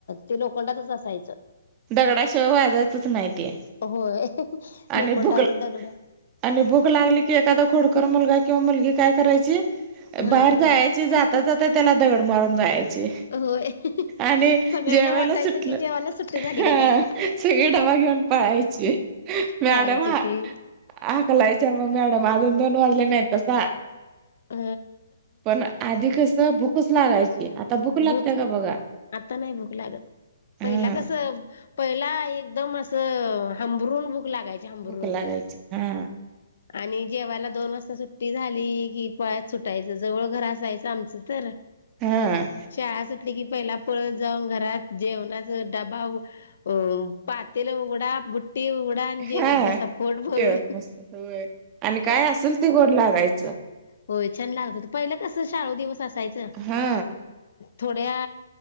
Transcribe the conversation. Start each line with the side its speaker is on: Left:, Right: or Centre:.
Left: ते लोखंडाचच असायचं.
Right: दगडाशिवाय वाजायचच नाही ते.
Left: होय
Right: आणि
Left: लोखंडावर
Right: भुक,
Left: दगड
Right: आणि भुक लागली की एखादा खोडकर मुलगा. किंवा मुलगी काय करायची,
Left: ह
Right: बाहेर जायची जाता, जात त्याला दगड मारून जायची.
Left: होय
Right: आणि
Left: सगळ्यांना
Right: जेवायला
Left: वाटायचं
Right: सुटलं.
Left: की जेवायला सुट्टी
Right: हा,
Left: झाली का काय
Right: सगळी डबा घेऊन पळायची, मॅडम.
Left: पळायची ती
Right: हाकलायच म मॅडम, अजून दोन वाजले नाहीय बसा.
Left: अ
Right: पण आधी कस, भूकच लागायची. आता भूक लागते
Left: भूच,
Right: का बघा
Left: आता नाही भूक लागत,,
Right: हा
Left: पहिला कस. पहिला एकदम अस हांबरून बु भुक लागायची हांबरून.
Right: भूक लागायची हा
Left: आणि जेवायला दोन वाजता सुट्टी झाली कि, पळत सुटायचं. जवळ घर असायचं आमचं तर.
Right: हं,
Left: शाळा सुटली की पहिला पळत न जाऊन घरात जेवणाचा डबा अ बू पातील उघडा ते उघडा, आणि जेवत
Right: हा
Left: बसा पोट भरून.
Right: जेवत मस्त होय आणि काय असेल ते गोड लागायचं
Left: होय, छान लागत, तर पहिलं कसं शाळू दिवस असायचं.
Right: हा
Left: थोड्या,